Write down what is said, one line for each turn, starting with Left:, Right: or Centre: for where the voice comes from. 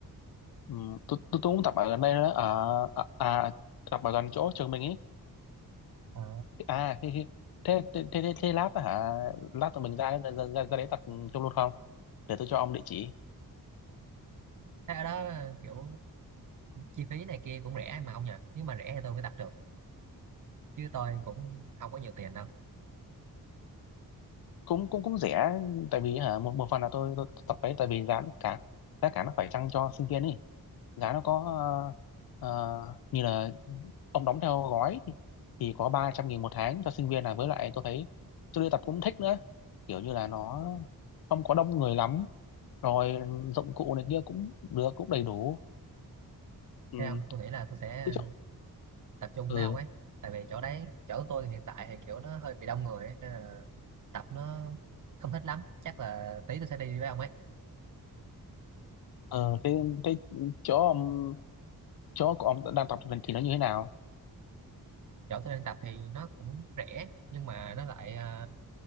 Left: ừm, tôi, tôi tôi cũng tập ở gần đây đó ở à, à, tập ở gần chỗ trường mình ấy
Right: Ờ.
Left: à hi, hi. Thế, thế thế thế thế lát á hả lát tụi mình ra ra, ra, ra đấy tập chung luôn không để tôi cho ông địa chỉ
Right: thế ở đó kiểu chi phí này kia cũng rẻ mà ông nhỉ nếu mà rẻ thì tôi mới tập được chứ tôi cũng không có nhiều tiền đâu
Left: cũng cũng cũng rẻ tại vì hả một một phần là tôi, tôi tập đấy tại vì giá nó cả giá cả nó phải chăng cho sinh viên ấy giá nó có ờ, ờ, như là ông đóng theo gói thì, thì có ba trăm nghìn một tháng cho sinh viên này với lại tôi thấy tôi đi tập cũng thích nữa kiểu như là nó không có đông người lắm rồi dụng cụ này kia cũng được cũng đầy đủ ừ.
Right: Thế không tôi nghĩ là tôi sẽ
Left: cái chỗ
Right: tập trung
Left: ừ.
Right: với ông ấy tại vì chỗ đấy chỗ tôi hiện tại thì kiểu nó hơi bị đông người ấy, nên là tập nó không thích lắm chắc là tí tôi sẽ đi với ông ấy
Left: ờ, thế, thế chỗ ông chỗ của ông đang tập thì nó như thế nào
Right: chỗ tôi đang tập thì nó cũng rẻ nhưng mà nó lại à,